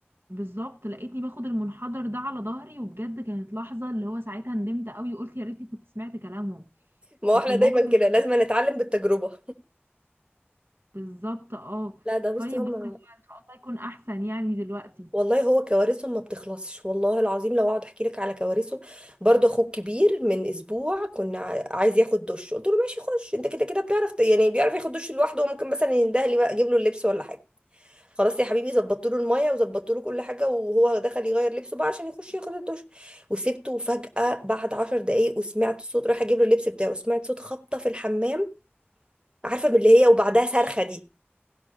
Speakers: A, on the right; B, on the right.
A: بالظبط لقيتني باخد المنحدر ده على ظهري وبجد كانت لحظة اللي هو ساعتها ندمت قوي وقلت يا ريتني كنت سمعت كلامهم
B: ما هو
A: ففي
B: احنا
A: الموقف
B: دايما
A: اللي
B: كده لازم
A: زي دي
B: نتعلم بالتجربه
A: بالظبط اه
B: لا ده بصي
A: طيب
B: هم
A: بس هو ان شاء الله يكون احسن يعني دلوقتي
B: والله هو كوارثهم ما بتخلصش والله العظيم لو اقعد احكي لك على كوارثه برضه اخوك كبير من اسبوع كنا ع- عايز ياخد دش قلت له ماشي خش انت كده كده بتعرف ت- يعني بيعرف ياخد دش لوحده وممكن مثلا ينده لي بقى اجيب له اللبس ولا حاجه خلاص يا حبيبي ظبطت له الميه وظبطت له كل حاجه وهو دخل يغير لبسه بقى عشان يخش ياخد الدش وسبته وفجاه بعد عشر دقايق وسمعت صوت رايح اجيب له اللبس بتاعه سمعت صوت خبطه في الحمام عارفه من اللي هي وبعدها
A: اوتش
B: صرخه دي